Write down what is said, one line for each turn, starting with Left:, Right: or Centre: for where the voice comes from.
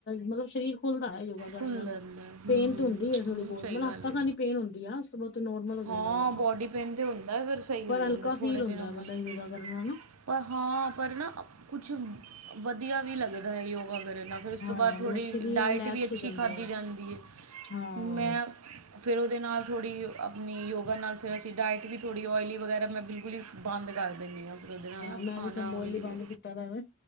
Left: ਮਤਲਬ ਸਰੀਰ ਖੁੱਲਦਾ ਹੈ, ਯੋਗ ਕਰਨ
Right: ਖੁੱਲ
Left: ਨਾਲ,
Right: ਜਾਂਦਾ ਹੂੰ
Left: ਪੇਨ ਤਾਂ ਹੁਦੀ ਹੈ, ਥੋੜੀ
Right: ਹੂੰ,
Left: ਬਹੁਤ
Right: ਸਹੀ
Left: ਮਤਲਬ
Right: ਗੱਲ
Left: ਹਫ਼ਤਾ
Right: ਹੈ
Left: ਖਾਡ ਹੀ ਪੇਨ ਹੁਦੀ ਐ, ਉਸ ਤੋਂ ਬਾਹੁਤ ਨੋਰਮਲ ਹੋ
Right: ਹਾਂ
Left: ਜਾਂਦਾ ਬੰਦਾ,
Right: ਬੋਡੀ ਪੇਨ ਤੇ ਹੁੰਦਾ ਹੈ, ਫਿਰ ਸਹੀ
Left: ਪਰ
Right: ਹੋ ਜਾਂਦਾ
Left: ਹਲਕਾ
Right: ਥੋੜੇ
Left: ਫੀਲ
Right: ਦਿਨਾਂ
Left: ਹੁੰਦਾ
Right: ਬਾਅਦ
Left: ਬੰਦਾ ਯੋਗਾ ਕਰ ਹਨਾ
Right: ਪਰ ਹਾਂ ਪਰ ਨਾ, ਕੁਛ ਵਧੀਆ ਵੀ ਲੱਗਦਾ ਹੈ। ਯੋਗਾ ਕਰਨਾ ਫਿਰ ਉਸ
Left: ਹਾਂ
Right: ਤੋਂ ਬਾਅਦ ਥੋੜ੍ਹੀ
Left: ਮਤਲਬ ਸਰੀਰ
Right: ਡਾਇਟ
Left: ਰਿਲੈਕਸ
Right: ਵੀ ਅਛੀ
Left: ਹੋ ਜਾਂਦਾ
Right: ਖਾਧੀ
Left: ਹੈ
Right: ਜਾਦੀ ਹੈ,
Left: ਹਾਂ
Right: ਮੈ ਫਿਰ ਉਹਦੇ ਨਾਲ ਥੋੜ੍ਹੀ ਆਪਣੀ ਯੋਗਾ ਨਾਲ, ਫਿਰ ਅਸੀ ਡਾਇਟ ਵੀ ਥੋੜ੍ਹੀ ਓਇਲੀ ਵਗੈਰਾ ਮੈ ਬਿਲਕੁਲ ਹੀ ਬੰਦ ਕਰ ਦਿੰਦੀ ਹਾਂ, ਫਿਰ ਉਹਦੇ ਨਾਲ ਨਾ
Left: ਮੈਂ
Right: ਖਾਣਾ
Left: ਵੀ ਸਭ
Right: ਉਹਈ
Left: ਬੋਲੀ ਬੰਦ
Right: ਹੂ
Left: ਕੀਤਾ ਦਾ ਵੇ।